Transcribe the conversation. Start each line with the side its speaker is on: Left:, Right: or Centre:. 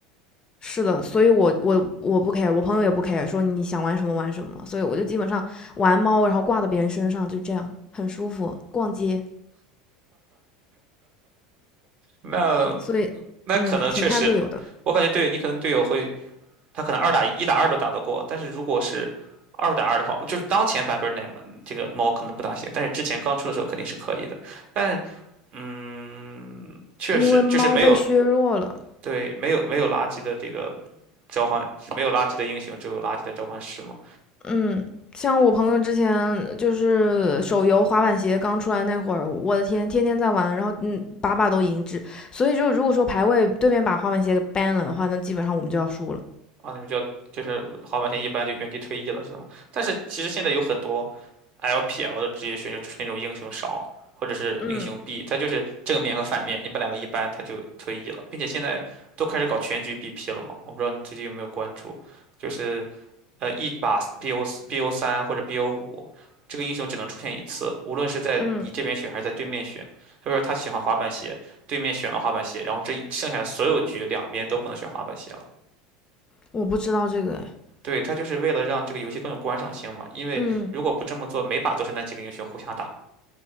Left: 是的，所以我我我不 care，我朋友也不 care，说你想玩什么玩什么，所以我就基本上玩猫，然后挂到别人身上，就这样很舒服。逛街，
Right: 那
Left: 所以嗯，
Right: 那可能确实，
Left: 挺看队友的，
Right: 我感觉对你可能队友会，他可能二打一、一打二都打得过，但是如果是二打二的话，就是当前版本奶这个猫可能不大行，但是之前刚出的时候肯定是可以的。但嗯，确实就是没有
Left: 因为猫被削弱了。
Right: 对，没有没有垃圾的这个召唤，没有垃圾的英雄，只有垃圾的召唤师嘛。
Left: 嗯，像我朋友之前就是手游滑板鞋刚出来那会儿，我的天，天天在玩，然后嗯，把把都赢制。所以就如果说排位对面把滑板鞋给 ban 了的话，那基本上我们就要输了。
Right: 啊，你们就要就是滑板鞋一般就原地退役了是吗？但是其实现在有很多 LPL 的职业选手就是那种英雄少或者是英雄
Left: 嗯
Right: B，他就是正面和反面，你把两个一般他就退役了，并且现在都开始搞全局 BP 了嘛。我不知道你最近有没有关注，就是呃，一把 BO BO 三或者 BO 五，这个英雄只能出现一次，无论是在你这边选还是在对面选。
Left: 嗯，
Right: 他说他喜欢滑板鞋，对面选了滑板鞋，然后这一剩下的所有局两边都不能选滑板鞋了。
Left: 我不知道这个，哎
Right: 对，他就是为了让这个游戏更有观赏性嘛，因为如果不这么做，
Left: 嗯。
Right: 每把都是那几个英雄互相打。